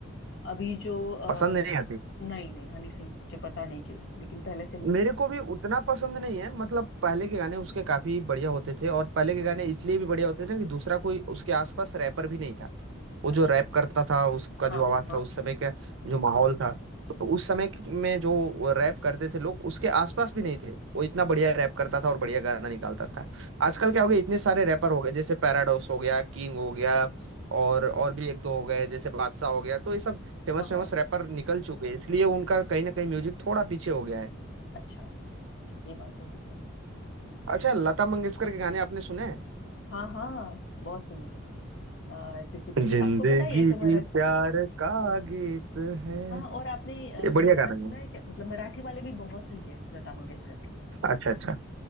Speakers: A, on the left (about 60°); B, on the right (about 70°).
A: अभी जो अ,
B: पसंद नहीं आती
A: नहीं नहीं हनी सिंह की मुझे पता नहीं क्यों लेकिन पहले से नहीं पसंद
B: मेरे को भी उतना पसंद नहीं है मतलब पहले के गाने उसके काफी बढ़िया होते थे और पहले
A: हम्म।
B: के गाने इसलिए भी बढ़िया होते थे कि दूसरा कोई उसके आसपास रैपर भी नहीं था वो
A: अच्छा
B: जो रैप करता था उसका
A: हाँ
B: जो आवाज
A: हाँ हाँ
B: था उस समय का जो माहौल था तो उस समय
A: ओके
B: में जो रैप करते थे लोग उसके आसपास भी नहीं थे वो इतना बढ़िया रैप करता था और बढ़िया गाना निकालता था आजकल क्या हो गया इतने सारे रैपर हो गए जैसे पैराडॉक्स हो गया किंग हो गया और और भी एक दो हो गए जैसे बादशाह हो गया तो ये सब फेमस
A: हाँ
B: फेमस
A: हाँ बात
B: रैपर निकल चुके हैं इसलिए उनका कहीं ना कहीं म्यूजिक थोड़ा पीछे हो गया है
A: अच्छा अच्छा, ये बात होगी फिर हम्म।
B: अच्छा लता मंगेशकर के गाने आपने सुने हैं
A: हाँ हाँ बहुत सुने हैं अ, जैसे कि
B: जिंदगी
A: आपको पता है एक हमारा
B: प्यार का गीत है
A: हाँ और आपने अ,
B: ये
A: ये
B: बढ़िया
A: वाला
B: गाना
A: सुना
B: है
A: है क्या मतलब मराठी वाले भी बहुत सही है लता मंगेशकर के
B: अच्छा अच्छा